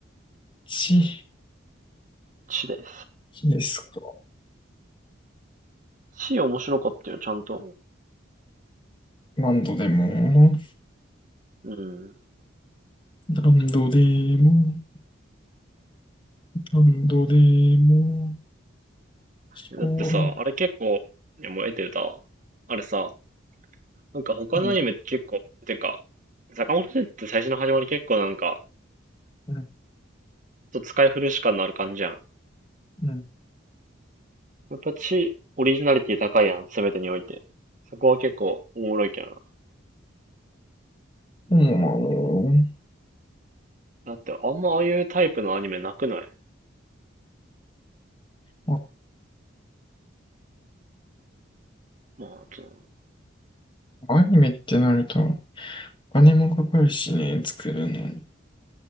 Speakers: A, on the left; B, on the right.
A: ち、
B: ちです。
A: ちですか。
B: ち面白かったよ、ちゃんと。
A: 何度でも、
B: うん。
A: 何度でも、何度でも、聞こ
B: だってさ、あれ結構、いや、もう得てるだ。あれさ、なんか他のアニメって結構、
A: える。うん、
B: てか、坂本先生って最初の始まり結構なんか、
A: うん、
B: ちょっと使い古し感のある感じやん。
A: うん。
B: やっぱち、オリジナリティ高いやん、すべてにおいて。そこは結構おもろいけどな。
A: そうなの
B: だって、あんまああいうタイプのアニメなくない
A: ま
B: まあ、ちょ
A: あアニメってなると、お金もかかるしね、作るのに。